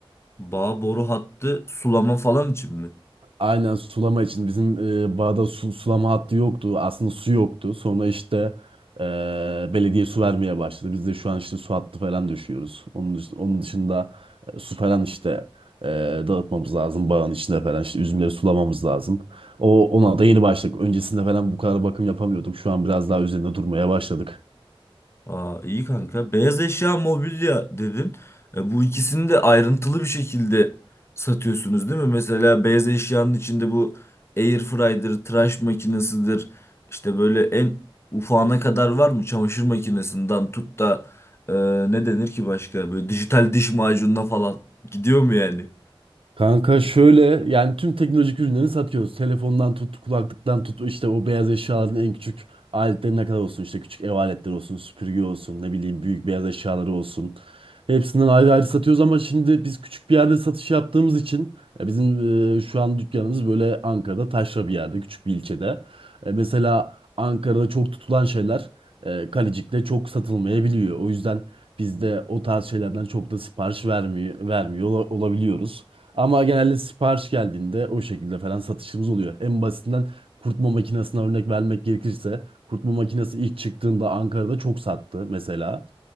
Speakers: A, on the left; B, on the right.
A: Bağ boru hattı sulama falan için mi?
B: Aynen sulama için bizim e, bağda su- sulama hattı yoktu. Aslında su yoktu. Sonra işte e, belediye su vermeye başladı. Biz de şu an işte su hattı falan düşüyoruz. Onun, dış- onun dışında e, su falan işte e, dağıtmamız lazım. Bağın içinde falan işte üzümleri sulamamız lazım. O ona da yeni başladık. Öncesinde falan bu kadar bakım yapamıyorduk. Şu an biraz daha üzerinde durmaya başladık.
A: Aa, iyi kanka. Beyaz eşya, mobilya dedin. E, bu ikisini de ayrıntılı bir şekilde satıyorsunuz değil mi? Mesela beyaz eşyanın içinde bu air fryer'dır, tıraş makinesidir. İşte böyle en ufağına kadar var mı? Çamaşır makinesinden tut da e, ne denir ki başka? Böyle dijital diş macununa falan gidiyor mu yani?
B: Kanka şöyle yani tüm teknolojik ürünleri satıyoruz. Telefondan tut, kulaklıktan tut, işte o beyaz eşyaların en küçük aletlerine kadar olsun. işte küçük ev aletleri olsun, süpürge olsun, ne bileyim büyük beyaz eşyaları olsun. Hepsinden ayrı ayrı satıyoruz ama şimdi biz küçük bir yerde satış yaptığımız için e, bizim e, şu an dükkanımız böyle Ankara'da taşra bir yerde, küçük bir ilçede. E, mesela Ankara'da çok tutulan şeyler e, Kalecik'te çok satılmayabiliyor. O yüzden biz de o tarz şeylerden çok da sipariş vermiyor, vermiyor ola- olabiliyoruz. Ama genelde sipariş geldiğinde o şekilde falan satışımız oluyor. En basitinden kurutma makinesine örnek vermek gerekirse kurutma makinesi ilk çıktığında Ankara'da çok sattı mesela.